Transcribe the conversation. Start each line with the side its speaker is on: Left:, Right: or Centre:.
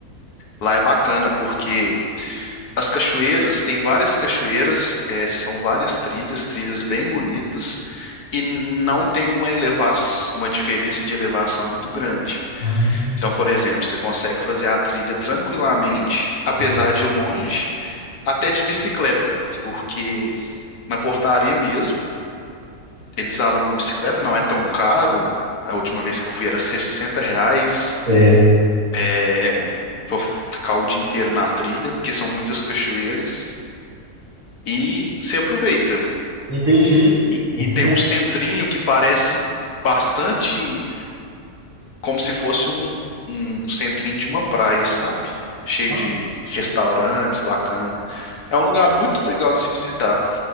Left: Lá é bacana porque as cachoeiras, tem várias cachoeiras, é, são várias trilhas, trilhas bem bonitas, e não tem uma eleva- uma diferença de elevação muito grande.
Right: Ah,
Left: Então, por exemplo, você consegue fazer a trilha tranquilamente, apesar
Right: sim.
Left: de longe, até de bicicleta, porque na portaria mesmo, eles alugam bicicleta, não é tão caro. A última vez que eu fui era 60 reais,
Right: é.
Left: é, pra ficar o dia inteiro na trilha, porque são muitas cachoeiras, e se aproveita.
Right: Entendi.
Left: E, e
Right: Entendi.
Left: tem um centrinho que parece bastante como se fosse um, um um centrinho de uma praia, sabe? Cheio
Right: Ah,
Left: de restaurantes, bacana. É um lugar muito legal de se visitar.